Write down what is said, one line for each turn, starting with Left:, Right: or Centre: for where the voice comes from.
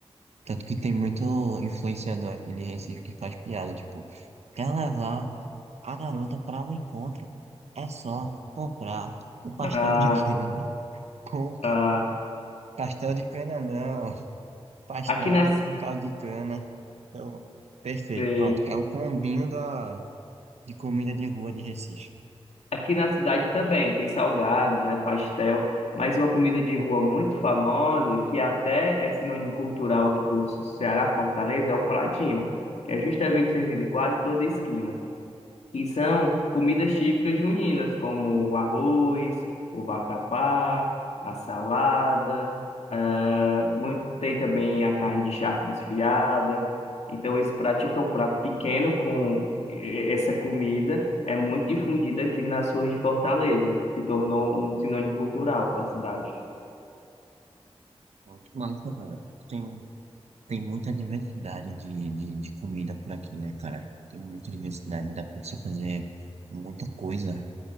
Right: Tanto que tem muito influenciador aqui de Recife que faz piada. Tipo, quer levar a garota para um encontro? É só comprar um pastel
Left: ah,
Right: de <laughs> cana. Com c-
Left: ah.
Right: pastel de cana, não. Pastel
Left: Aqui nas...
Right: com caldo de cana. Então, perfeito.
Left: sei.
Right: Pronto. É o combinho da, de comida de rua de Recife.
Left: Aqui na cidade também tem salgado, né, pastel, mas uma comida de rua muito famosa, que até é sinônimo cultural aqui do Ceará, Fortaleza, é o pratinho, que é justamente servido em quase toda esquina que são comidas típicas juninas, como o arroz, o vatapá, a salada, ah, muito- tem também a carne de charque desfiada. Então, esse prato, típico é um prato pequeno com eh, essa comida, é muito difundida aqui nas ruas de Fortaleza, se tornou um sinônimo cultural da cidade.
Right: Muito massa, cara. Tem Tem muita diversidade de, de, de comida por aqui, né, cara? Tem muita diversidade, dá pra você fazer muita coisa.